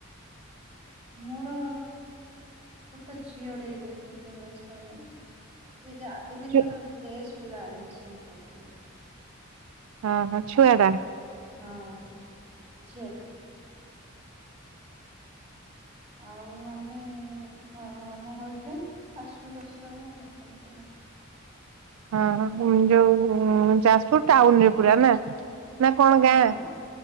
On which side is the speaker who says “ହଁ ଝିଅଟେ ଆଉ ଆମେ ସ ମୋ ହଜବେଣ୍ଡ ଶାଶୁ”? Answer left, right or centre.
Right